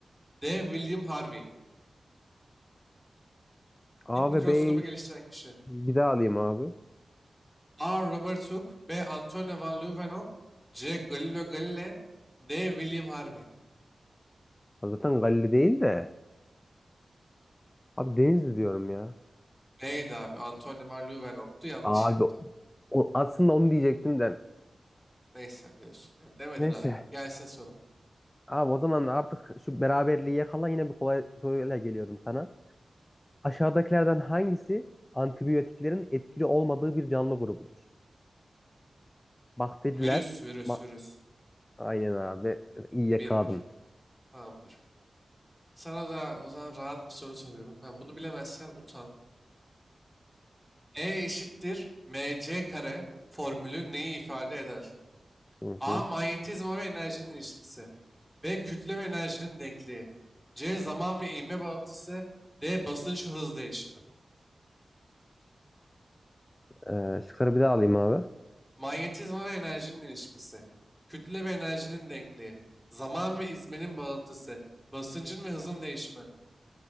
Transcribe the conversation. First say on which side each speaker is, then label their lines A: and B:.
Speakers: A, in the centre; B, on the left.
A: D. William Harvey.
B: A
A: İlk mikroskobu
B: ve B'yi
A: geliştiren kişi.
B: bir daha alayım abi.
A: A. Robert Hooke B. Antonio van Leeuwenhoek C. Galileo Galilei D. William Harvey
B: Abi Zaten Galileo değil de. Abi Denizli diyorum ya.
A: B'ydi abi. Antonio van Leeuwenhoek'tu. Yanlış
B: Abi
A: yaptın.
B: o- aslında onu diyecektim de.
A: Neyse diyorsun. Ya Demedin
B: Neyse.
A: abi. Gelsin soru.
B: Abi o zaman artık şu beraberliği yakala yine bir kolay soruyla geliyorum sana. Aşağıdakilerden hangisi antibiyotiklerin etkili olmadığı bir canlı grubudur? Bakteriler
A: Virüs, virüs,
B: ma-
A: virüs.
B: aynen abi. İyi yakaladın.
A: Bir bir. Tamamdır. Sana da o zaman rahat bir soru soruyorum. Ha, bunu bilemezsen utan. E eşittir mc kare formülü neyi ifade eder?
B: Hı
A: A.
B: hı.
A: Manyetizma ve enerjinin ilişkisi. B. Kütle ve enerjinin denkliği. C. Zaman ve ivme bağıntısı. D. Basınç ve hız değişimi.
B: Ee, şıkları bir daha alayım abi.
A: Manyetizma ve enerjinin ilişkisi. Kütle ve enerjinin denkliği. Zaman ve izmenin bağıntısı. Basıncın ve hızın değişimi.